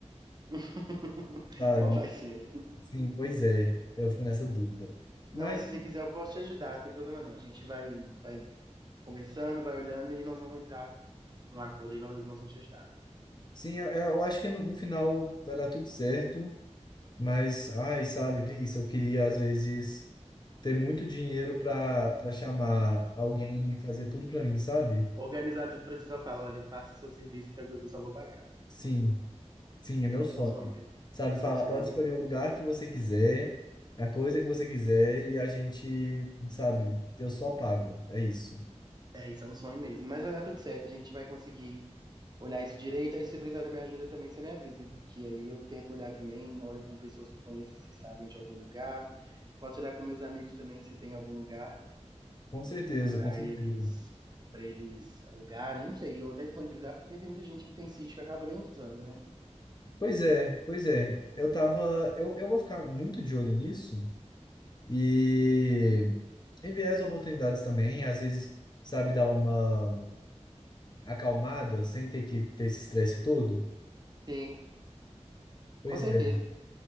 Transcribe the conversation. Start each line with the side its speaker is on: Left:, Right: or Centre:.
Right: <laughs>
Left: <laughs> sabe?
Right: Qual vai ser?
Left: Sim, pois é. Eu fico nessa dúvida. Mas,
Right: Não, mas se você quiser, eu posso te ajudar, não tem problema não. A gente vai, vai conversando, vai olhando e nós vamos entrar num acordo e nós, nós vamos te ajudar.
Left: sim, eu, eu acho que no, no final vai dar tudo certo. Mas, ai, sabe, preguiça, eu queria às vezes. ter muito dinheiro pra, pra chamar alguém e fazer tudo pra mim, sabe?
Right: Organizar tudo pra você só falar, olha, faça seu serviço, porque eu só vou pagar.
Left: Sim, sim, é meu
Right: É, isso
Left: sonho.
Right: é um sonho mesmo.
Left: Sabe,
Right: Isso
Left: falar,
Right: é um sonho
Left: pode
Right: mesmo.
Left: escolher o lugar que você quiser, a coisa que você quiser, e a gente, sabe, eu só pago. É isso.
Right: É, isso é um sonho mesmo. Mas vai dar tudo certo, a gente vai conseguir olhar isso direito. Aí, se precisar da minha ajuda também, você me avisa. Que aí eu tento olhar também, olho com pessoas que eu conheço se sabem de algum lugar. Posso olhar com meus amigos também se tem algum lugar
Left: Com certeza,
Right: para
Left: com certeza.
Right: eles para eles alugarem, não sei, ou até disponibilizar, porque tem muita gente que tem sítio que acaba nem usando, né?
Left: Pois é, pois é. Eu tava. Eu, eu vou ficar muito de olho nisso e enviar as oportunidades também. Às vezes, sabe, dar uma acalmada sem ter que ter esse estresse todo.
Right: Tem,
Left: Pois
Right: com certeza.
Left: é.